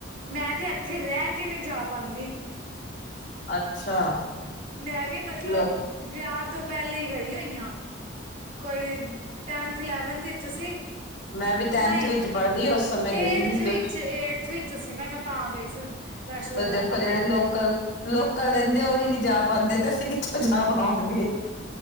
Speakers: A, on the right; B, on the left.
A: ਮੈਂ ਤੇ ਏਥੇ ਰਹਿ ਕੇ ਨੀ ਜਾ ਪਾਂਦੀ।
B: ਅੱਛਾ।
A: ਮੈਂ ਵੀ ਮਤਲਬ
B: ਲ
A: ਵਿਆਹ ਤੋਂ ਪਹਿਲੇ ਈ ਗਈ ਹੋਈ ਆਂ। ਕੋਈ ਟੈਨਥ ਇਲੈਵਨਥ ਇਚ ਸੀ।
B: ਮੈਂ ਵੀ ਟੈਨਥ
A: ਨਈਂ,
B: ਵਿੱਚ ਪੜ੍ਹਦੀ ਉਸ ਸਮੇਂ ਗਈ
A: ਏਟਥ
B: ਸੀ
A: ਵਿੱਚ
B: ਤੇ
A: ਏਟਥ ਵਿੱ ਚੱ ਸੀ ਮੈਂ, ਮੈਂ ਤਾਂ ਗਈ ਸੀ। ਵੈਸ਼ਨੋ ਦੇ
B: ਦੇਖੋ,
A: ਬਾਹਰ
B: ਜੇਹੜੇ ਲੋਕਲ -ਲੋਕਲ ਰਹਿੰਦੇ ਔਈ ਨੀ ਜਾ ਪਾਂਦੇ, ਤੇ ਅਸੀ ਕਿੱਥੋਂ ਜਾ ਪਾਵਾਂਗੇ?